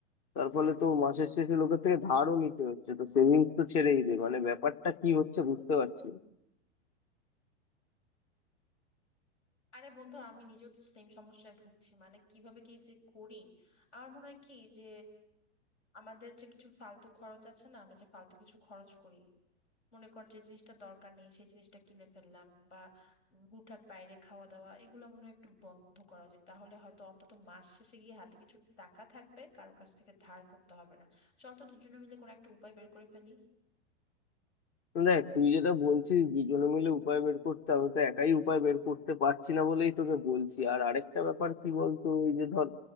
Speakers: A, on the left; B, on the left.
A: তার ফলে তো মাসের শেষে লোকের থেকে ধারও নিতে হচ্ছে তো সেভিংস তো ছেড়েই দে মানে ব্যাপারটা কি হচ্ছে বুঝতে পারছি না
B: আরে বন্ধু আমি নিজেও সেম সমস্যায় ভুগছি মানে কিভাবে কি যে করি আমার মনে হয় কি যে আমাদের যে কিছু ফালতু খরচ আছে না আমরা যে ফালতু কিছু খরচ করি মনে কর যে জিনিসটা দরকার নেই সেই জিনিসটা কিনে ফেললাম বা উম হুটহাট বাইরে খাওয়া দাওয়া এগুলো মনে হয় একটু বন্ধ করা উচিত তাহলে হয়তো অন্তত মাস শেষে গিয়ে হাতে কিছু টাকা থাকবে কারো কাছ থেকে ধার করতে হবে না চল তো দুজনে মিলে কোনো একটা উপায় বের করে ফেলি
A: দেখ তুই যেটা বলছিস দুজনে মিলে উপায় বের করতে আমি তো একাই উপায় বের করতে পারছি না বলেই তোকে বলছি আর আরেকটা ব্যাপার কি বলতো ওই যে ধর